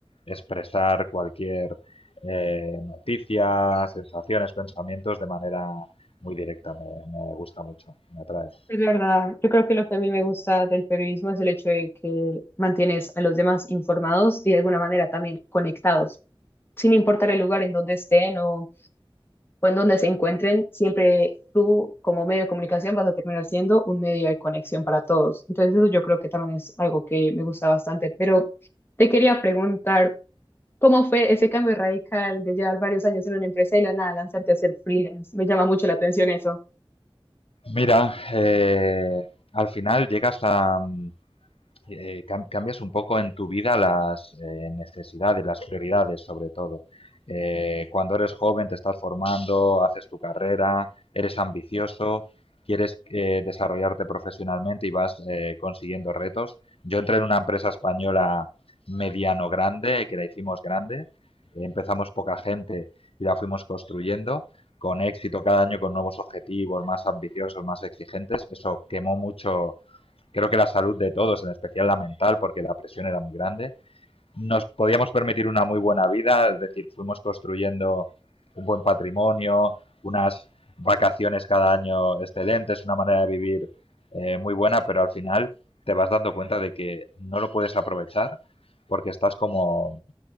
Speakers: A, on the left (about 85°); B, on the left (about 25°).
A: expresar cualquier eh, noticia, sensaciones, pensamientos de manera muy directa. Me, me gusta mucho, me atrae.
B: Es verdad, yo creo que lo que a mí me gusta del periodismo es el hecho de que mantienes a los demás informados y de alguna manera también conectados, sin importar el lugar en donde estén o o en donde se encuentren, siempre tú como medio de comunicación vas a terminar siendo un medio de conexión para todos. Entonces eso yo creo que también es algo que me gusta bastante, pero te quería preguntar, ¿cómo fue ese cambio radical de llevar varios años en una empresa y de la nada lanzarte a ser freelance? Me llama mucho la atención eso.
A: Mira, eh, al final llegas a, eh, cambias un poco en tu vida las eh, necesidades, las prioridades sobre todo. Eh, cuando eres joven te estás formando, haces tu carrera, eres ambicioso, quieres eh, desarrollarte profesionalmente y vas eh, consiguiendo retos. Yo entré en una empresa española mediano grande, que la hicimos grande, empezamos poca gente y la fuimos construyendo con éxito cada año, con nuevos objetivos más ambiciosos, más exigentes. Eso quemó mucho creo que la salud de todos, en especial la mental, porque la presión era muy grande, nos podíamos permitir una muy buena vida, es decir, fuimos construyendo un buen patrimonio, unas vacaciones cada año excelentes, una manera de vivir eh, muy buena, pero al final te vas dando cuenta de que no lo puedes aprovechar porque estás como